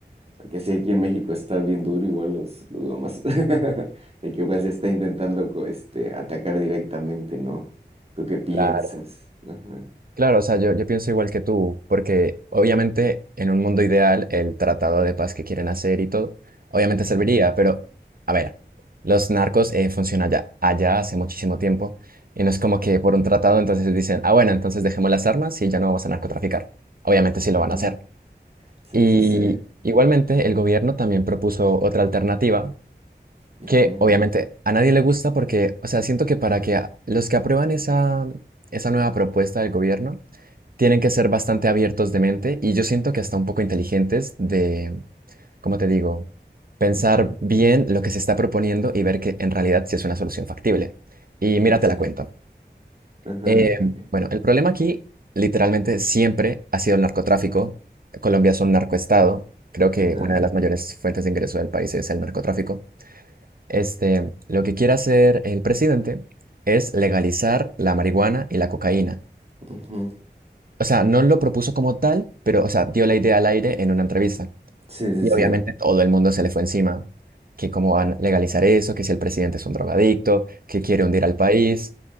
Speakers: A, on the right; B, on the right.
A: Porque sí, aquí en México está bien duro igual los, los lamas. <laughs> De que pues está intentando co- este, atacar directamente, ¿no? ¿Tú qué piensas?
B: claro.
A: Ajá,
B: Claro, o sea, yo, yo pienso igual que tú, porque obviamente en un mundo ideal el tratado de paz que quieren hacer y todo, obviamente
A: ujú,
B: serviría, pero a ver, los narcos eh, funcionan allá, allá hace muchísimo tiempo, y no es como que por un tratado entonces dicen, ah, bueno, entonces dejemos las armas y ya no vamos a narcotraficar. Obviamente sí
A: ajá,
B: lo van a hacer.
A: sí,
B: Y
A: sí, sí,
B: igualmente el gobierno también propuso otra alternativa
A: ujú,
B: que obviamente a nadie le gusta porque, o sea, siento que para que a- los que aprueban esa, esa nueva propuesta del gobierno tienen que ser bastante abiertos de mente y yo siento que hasta un poco inteligentes de, como te digo? Pensar
A: ujú,
B: bien lo que se está proponiendo y ver que en realidad sí es una solución factible. Y
A: sí,
B: mira,
A: sí,
B: te la cuento.
A: ajá,
B: Eh,
A: ok,
B: bueno, el problema aquí literalmente siempre ha sido el narcotráfico. Colombia es un narcoestado. Creo que
A: ajá,
B: una de las mayores fuentes de ingreso del país es el narcotráfico. Este, lo que quiere hacer el presidente es legalizar la marihuana y la cocaína.
A: ujú,
B: O sea, no lo propuso como tal, pero, o sea, dio la idea al aire en una entrevista.
A: sí, sí,
B: Y
A: sí,
B: obviamente todo el mundo se le fue encima, que cómo van a legalizar eso, que si el presidente es un drogadicto, que quiere hundir al país.